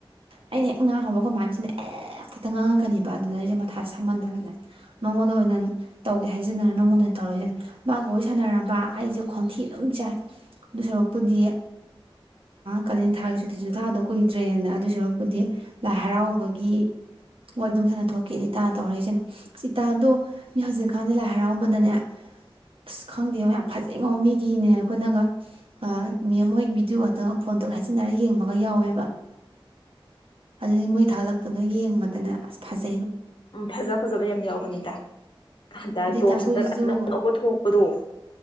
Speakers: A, on the right; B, on the left.
A: ꯑꯩꯅ ꯍꯦꯛ ꯉꯥꯡꯍꯧꯕ ꯈꯕꯥꯥꯏꯁꯤꯅ ꯍꯦꯛꯇꯛꯇ ꯉꯥꯡꯉꯛꯀꯅꯤꯕ ꯑꯗꯨꯗꯅ ꯑꯩꯁꯦ ꯃꯊꯥꯁꯦ ꯁꯝꯃꯟꯗꯅꯅꯦ ꯃꯉꯣꯟꯗ ꯑꯣꯏꯅ ꯇꯧꯒꯦ ꯍꯥꯏꯖꯅꯔ ꯅꯉꯣꯟꯗ ꯑꯣꯏꯅ ꯇꯧꯔꯏꯁꯤ ꯃꯥꯒ ꯋꯥꯔꯤ ꯁꯥꯟꯅꯔꯕ ꯑꯩꯁꯦ ꯈꯣꯟꯊꯤ ꯑꯗꯨꯝ ꯆꯥꯏ ꯑꯗꯨ ꯁꯔꯨꯛꯄꯨꯗꯤ ꯀꯥꯂꯦꯟ ꯊꯥꯒꯤ ꯁꯨꯇꯤꯁꯨ ꯊꯥꯗꯣ ꯀꯨꯏꯗ꯭ꯔꯦꯅ ꯑꯗꯨ ꯁꯨꯔꯛꯄꯨꯗꯤ ꯂꯥꯏ ꯍꯔꯥꯎꯕꯒꯤ ꯋꯥꯔꯤ ꯑꯗꯨꯝ ꯁꯥꯟꯅ ꯊꯣꯛꯀꯦꯅ ꯏꯇꯥ ꯇꯧꯔꯛꯏꯁꯤꯦꯅꯦ ꯏꯇꯥꯗꯣ ꯃꯤ ꯍꯧꯖꯤꯛꯀꯥꯟꯗꯤ ꯂꯥꯏ ꯍꯔꯥꯎꯕꯗꯅꯦ ꯑꯁ ꯈꯪꯗꯦꯕ ꯌꯥꯝ ꯐꯖꯩꯉꯣ ꯃꯤꯒꯤꯅꯦ ꯑꯩꯈꯣꯏꯅꯒ ꯃꯤ ꯑꯃꯣꯏ ꯚꯤꯗꯤꯑꯣ ꯑꯇ ꯐꯣꯟꯗ ꯍꯥꯏꯖꯤꯟꯅꯔ ꯌꯦꯡꯕꯒ ꯌꯥꯎꯋꯦꯕ ꯑꯗꯨꯗꯤ ꯃꯣꯏ ꯊꯥꯂꯛꯄꯗꯣ ꯌꯦꯡꯕꯗꯅꯦ ꯑꯁ ꯐꯖꯩ
B: ꯎꯝ ꯐꯖ ꯐꯖꯕ ꯌꯥꯝ ꯌꯥꯎꯒꯅꯤꯗ ꯟꯇꯥ
A: ꯑꯗꯨ ꯏꯇꯥ
B: ꯇꯣꯞꯁ
A: ꯑꯩꯈꯣꯏꯁꯨ
B: ꯍꯟꯇꯛ ꯑꯅꯧ ꯑꯅꯧꯕ ꯊꯣꯛꯄꯗꯣ